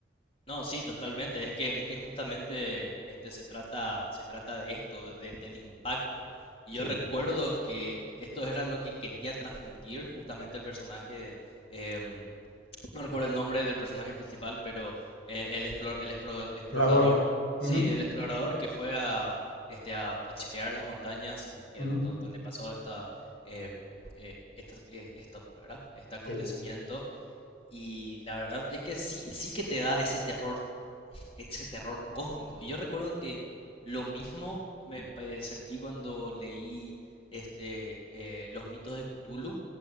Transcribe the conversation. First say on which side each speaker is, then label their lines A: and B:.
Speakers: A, on the left; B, on the left.
A: No, sí, totalmente. Es que, es que justamente este se trata, se trata de esto, de- de- del impacto. Y
B: Sí.
A: yo recuerdo que esto era lo que quería transmitir justamente el personaje, eh, no recuerdo el nombre del personaje principal, pero eh, el, explo- el explo- explorador,
B: Curador.
A: sí,
B: Ujú,
A: el explorador que fue a, este, a, a chequear las montañas y que
B: ujú,
A: do- do- donde pasó esta, em, eh, esta- eh, esto, ¿verdad? Este acontecimiento.
B: Sí,
A: Y la verdad es que sí, sí que te da ese terror ese terror cósmico. Y yo recuerdo que lo mismo me eh, sentí cuando leí este, eh, Los mitos de Cthulhu,